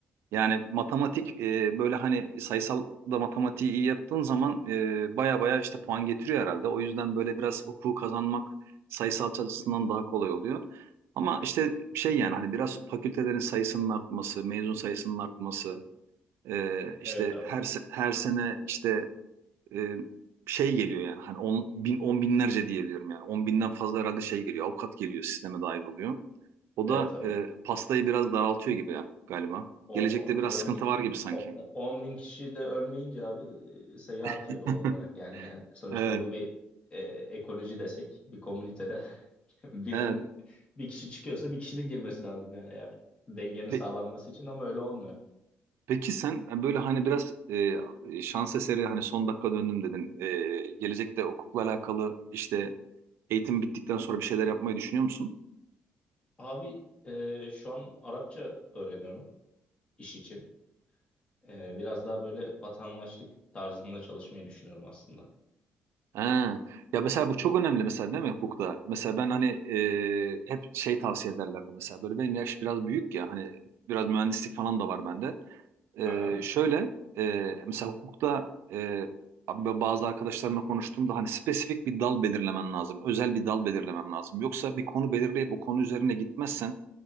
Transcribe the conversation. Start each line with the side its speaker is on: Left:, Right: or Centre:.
Right: Yani matematik e, böyle hani sayısal da matematiği iyi yaptığın zaman e, baya baya işte puan getiriyor herhalde. O yüzden böyle biraz hukuku kazanmak sayısal açısından daha kolay oluyor. Ama işte şey yani hani biraz fakültelerin sayısının artması, mezun sayısının artması, e, işte
Left: Evet abi.
Right: her se- her sene işte e, şey geliyor yani hani on, bin, on binlerce diyebiliyorum yani. On binden fazla herhalde şey geliyor. Avukat geliyor sisteme dahil oluyor. O
Left: Evet
Right: da
Left: abi.
Right: e, pastayı biraz daraltıyor gibi ya galiba.
Left: 10,
Right: Gelecekte biraz sıkıntı var gibi sanki.
Left: 10, bin kişi de ölmeyince abi e, sayı artıyor
Right: <laughs>
Left: doğal olarak. Yani yani sonuçta
Right: Evet,
Left: bu bir e, ekoloji desek bir komünitede <laughs> birinin
Right: evet.
Left: bir kişi çıkıyorsa bir kişinin girmesi lazım yani eğer dengenin
Right: Pe-
Left: sağlanması için ama öyle olmuyor.
Right: peki sen e, böyle hani biraz e, şans eseri hani son dakika döndüm dedin. E, gelecekte hukukla alakalı işte eğitim bittikten sonra bir şeyler yapmayı düşünüyor musun?
Left: Abi e, şu an Arapça öğreniyorum iş için. E, biraz daha böyle vatandaşlık tarzında çalışmayı düşünüyorum aslında.
Right: Ha. Ya mesela bu çok önemli mesela değil mi hukukta? Mesela ben hani e, hep şey tavsiye ederlerdi mesela. Böyle benim yaş biraz büyük ya hani biraz mühendislik falan da var bende. E,
Left: Aha,
Right: şöyle e, mesela hukukta e, abi bazı arkadaşlarımla konuştuğumda hani spesifik bir dal belirlemen lazım. Özel bir dal belirlemen lazım. Yoksa bir konu belirleyip bu konu üzerine gitmezsen